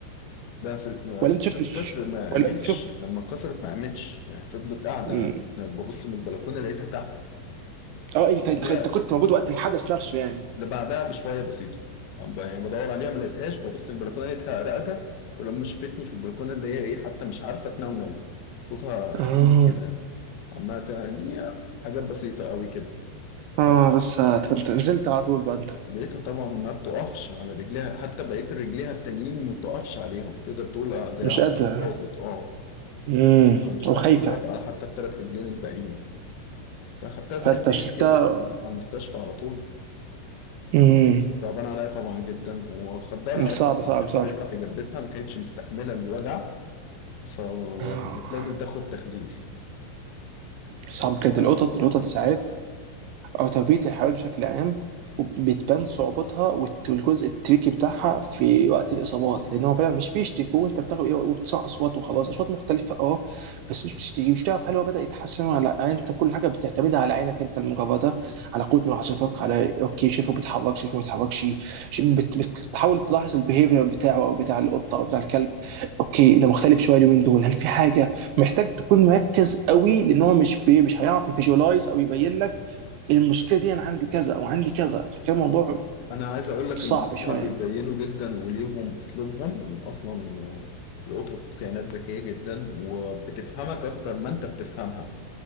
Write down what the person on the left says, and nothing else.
ده في ما-
خلال
الكسر ما
قامتش
لما اتكسرت ما قامتش يعني فضلت قاعده
انا ببص من البلكونه لقيتها تحت
ملا
اللي بعدها بشويه بسيطه أب- يعني بدور عليها ما لقيتهاش ببص من البلكونه لقيتها رقدة ولما شفتني في البلكونه اللي هي ايه حتى مش عارفه تنونو صوتها خفيف
كده عمالة تغني حاجات بسيطه قوي كده
ف
لقيتها طبعا ما بتقفش على رجليها حتى بقيت رجليها التانيين ما بتقفش عليهم تقدر تقول آه، زي
عقاب
راقد اه
فمش
قادرة تقف على حتى التلات رجلين الباقيين فاخدتها زي
ما هي
كده على المستشفى على طول
تعبان عليا طبعا جدا وخدرها
بقى عشان
الدكتور
يعرف يجبسها ما كانتش مستحملة الوجع فكانت
لازم تاخد تخدير
فأنا
انا عايز اقول لك
ان هم
بيبينوا جدا وليهم اسلوبهم ان اصلا القطط كائنات ذكيه جدا وبتفهمك اكتر ما انت بتفهمها